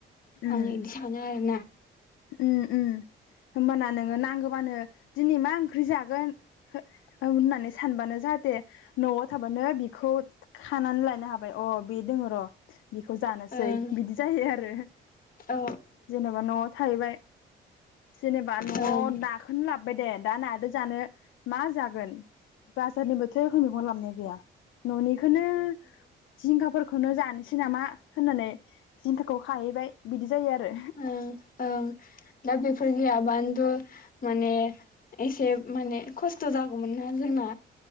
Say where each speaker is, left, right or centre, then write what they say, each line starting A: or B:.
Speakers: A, on the left (about 80°); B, on the left (about 45°).
A: उम
B: आं इदि सानो आरोना।
A: उम उम। होमबाना नोङो नांगौबानो दिनै मा ओंख्रि जागोन हो औ होननानै सानबानो जाहाथे न'आव थाबानो बिखौ खानानै लायनो हाबाय अ बे दङ र'। बेखौ जानोसै
B: ओं
A: बिदि जायो आरो
B: औ
A: जेनेबा न'। थाहैबाय जेनेबा न'आव
B: ओं
A: नाखोननो लाबोबाय दे दा नादो जानो। मा जागोन? बाजारनि बोथोरनिबोथ' एख मैगं लाबनाया गैया। न'नि। खोनो जिंखाफोरखौनो जानो सि नामा होननानै जिंखाखौ खाहैबाय बिदि जायो आरो।
B: ओं ओं दा बेफोर गैयाबानोथु। माने एसे माने खस्थ' जाग गौमोन ना जोंना